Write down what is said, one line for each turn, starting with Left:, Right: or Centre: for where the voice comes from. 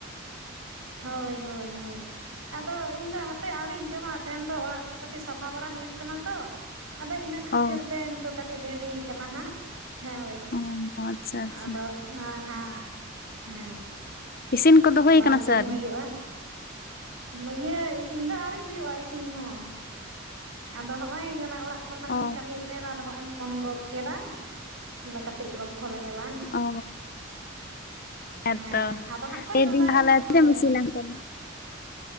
Right: ᱦᱳᱭ, ᱦᱳᱭ, ᱦᱳᱭ᱾ ᱟᱫᱚ ᱤᱧ ᱫᱚ ᱦᱟᱯᱮ ᱟᱹᱣᱨᱤᱧ ᱡᱚᱢᱟ᱾ ᱛᱮᱧ ᱫᱚ ᱚᱲᱟᱜ ᱠᱚ ᱠᱟᱹᱴᱤᱡ ᱥᱟᱯᱷᱟ ᱵᱟᱲᱟ ᱦᱩᱭᱩᱜ ᱠᱟᱱᱟ ᱛᱚ᱾ ᱟᱫᱚ ᱤᱱᱟᱹ ᱠᱷᱟᱹᱛᱤᱨ
Left: ᱚ
Right: ᱛᱮ ᱱᱤᱛᱚᱜ ᱠᱟᱹᱴᱤᱡ ᱫᱮᱨᱤ ᱠᱟᱱᱟ ᱦᱟᱸᱜ, ᱦᱮᱸ ᱦᱳᱭ,
Left: ᱚ ᱟᱪᱪᱷᱟ ᱟᱪᱪᱷᱟ
Right: ᱟᱫᱚ᱾ ᱚ ᱦᱮᱸ ᱦᱮᱸ᱾ ᱦᱮᱸ
Left: ᱤᱥᱤᱱ ᱠᱚᱫᱚ ᱦᱩᱭ
Right: ᱟᱫᱚ
Left: ᱠᱟᱱᱟ
Right: ᱦᱟᱸᱜ ᱡᱚᱢ
Left: ᱥᱮ ᱟᱹᱣᱨᱤ?
Right: ᱦᱩᱭᱩᱜᱼᱟ ᱤᱭᱟᱹ ᱤᱥᱤᱱ ᱫᱚ ᱟᱹᱣᱨᱤ ᱦᱩᱭᱩᱜᱼᱟ ᱾ ᱤᱥᱤᱱ ᱦᱚᱸ᱾ ᱟᱫᱚ ᱦᱚᱸᱜ ᱚᱭ ᱚᱱᱟ ᱚᱲᱟᱜ ᱠᱚ ᱨᱮᱱᱟᱜ
Left: ᱚ
Right: ᱜᱤᱧ ᱠᱟᱹᱢᱤᱭ ᱮᱫ ᱛᱟᱦᱮᱱᱟ ᱾ ᱟᱫᱚ ᱦᱚᱸᱜᱼᱚᱭ ᱮᱢ ᱯᱷᱳᱱ ᱜᱚᱫ ᱠᱮᱫᱟ ᱾ ᱟᱫᱚ ᱠᱟᱹᱴᱤᱡ ᱜᱚᱞᱯᱷᱚ ᱞᱮᱜᱮ ᱞᱟᱝ᱾
Left: ᱚ ᱦᱮᱸᱛᱚ
Right: ᱦᱮᱸ, ᱟᱫᱚ ᱦᱟᱸᱜ ᱠᱚ
Left: ᱞᱟᱹᱭᱫᱟᱹᱧ
Right: ᱪᱚᱸᱫᱟᱭᱟ
Left: ᱛᱟᱦᱚᱞᱮ
Right: ᱦᱟᱸᱜ
Left: ᱛᱤᱨᱮᱢ
Right: ᱦᱳᱭ᱾
Left: ᱤᱥᱤᱱᱟ ᱛᱟᱦᱚᱞᱮ?